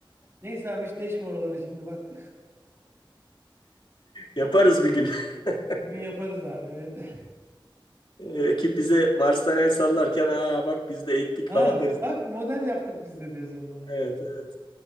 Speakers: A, on the right (about 30°); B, on the left (about 65°).
A: neyse abi hiç deşme oraları şimdi bak.
B: Yaparız bir gün.
A: <laughs>
B: <laughs>
A: Bir gün yaparız abi evet. <laughs>
B: Ekip bize Mars'tan el sallarken aa bak biz de eğittik
A: Ha
B: falan deriz.
A: bak model yaptık biz de deriz onlara.
B: Evet, Evet.